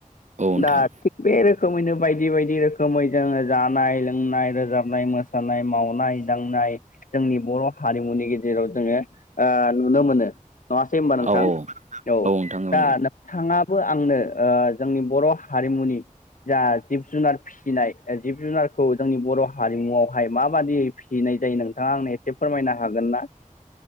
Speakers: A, on the right; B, on the left.
A: औ नोंथां
B: दा थिग, बे रोखोमैनो बायदि बायदि रोखोमै जोङो जानाय लोंनाय रोजाबनाय मोन मोसानाय, मावनाय दांनाय जोंनि बर' हारिमुनि गेजेराव जोङो ओ नुनो मोनो। नङासै होनबा नोंथां?
A: औ औ
B: औ,
A: नोंथां औ
B: दा
A: नंगौ
B: नोंथाङा बो आंनो ओ जोंनि बर' हारिमुनि जा जिब जुनार फिसिनाय जिब जुनारखौ जोंनि बर' हारिमुआवहाय माबादियै फिसिनाय नाय जायो नोंथाङा आंनो एसे फोरमायनो हागोन ना?